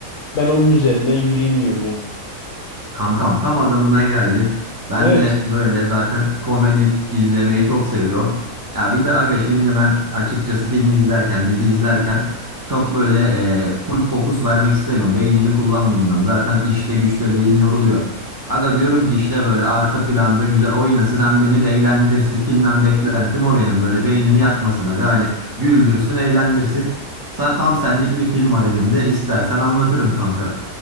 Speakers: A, on the left (about 65°); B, on the right (about 15°).
A: Ben onun üzerinden yürüyeyim diyorum ya.
B: Kankam tam adamına geldin. Ben
A: Evet,
B: de böyle zaten komedi izlemeyi çok seviyorum. Ya bir de aga şimdi ben açıkçası film izlerken, dizi izlerken çok böyle e, full fokus vermek istemiyorum. Beynimi kullanmayayım diyorum. Zaten işte güçte beyin yoruluyor. Aga diyorum ki işte böyle arka planda güzel oynasın hem beni de eğlendirsin. Filmden beklentim o benim böyle beynimi yakmasın aga. Hani güldürsün, eğlendirsin. Sen, tam senlik bir film var elimde. İstersen anlatırım kanka.